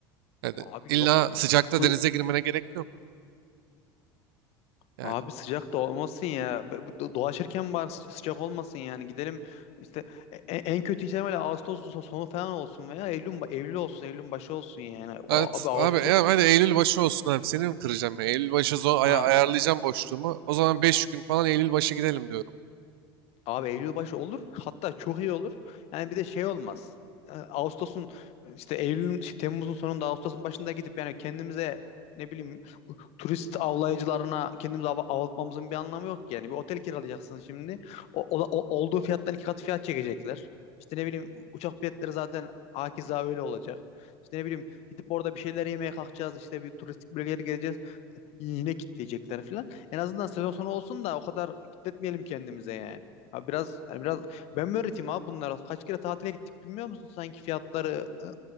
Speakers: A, on the right; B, on the left.
A: Yani
B: Abi
A: illa
B: yok
A: sıcakta
B: Ee,
A: denize girmene gerek yok yani.
B: Abi sıcak da olmasın ya. B- bu do- Dolaşırken var sı- sıcak olmasın yani. Gidelim işte e- e- en kötü ihtimalle Ağustos sonu falan olsun veya Eylül Eylül olsun, Eylül başı olsun yani. O-
A: Evet
B: Abi Ağustos
A: abi ya hadi Eylül başı olsun abi seni mi kıracağım ya? Eylül başı zor
B: ha.
A: aya- ayarlayacağım boşluğumu. O zaman 5 gün falan Eylül başı gidelim diyorum.
B: Abi Eylül başı olur. Hatta çok iyi olur. Yani bir de şey olmaz. E, Ağustos'un işte Eylül'ün şey, Temmuz'un sonunda Ağustos'un başında gidip yani kendimize ne bileyim turist avlayıcılarına kendimizi av avlatmamızın bir anlamı yok ki. yani. Bir otel kiralayacaksın şimdi. O, o- o- olduğu fiyattan iki kat fiyat çekecekler. İşte ne bileyim uçak biletleri zaten hakeza öyle olacak. İşte ne bileyim gidip orada bir şeyler yemeye kalkacağız. İşte bir turistik bölgeleri gezeceğiz yine kitleyecekler falan. En azından sezon sonu olsun da o kadar kitletmeyelim kendimize yani. Ha biraz hani biraz ben mi öğreteyim abi bunlara? Kaç kere tatile gittik bilmiyor musun sanki fiyatları ıı,